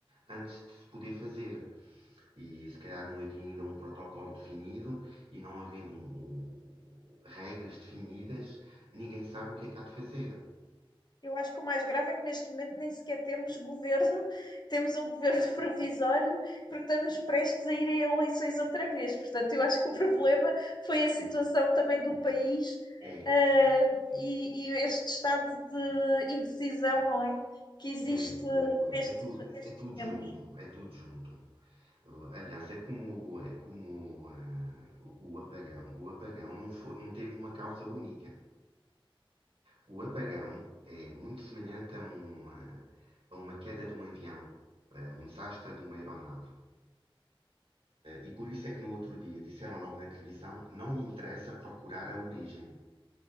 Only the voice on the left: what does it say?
Eu acho que o mais grave é que neste momento nem sequer temos governo, <laughs> temos um governo <laughs> provisório, porque estamos prestes a ir a eleições outra vez. Portanto, eu acho que o problema foi a situação também do país,
ah,
e, e este estado de indecisão, não é? Que existe
nestes,
nestes
tempos.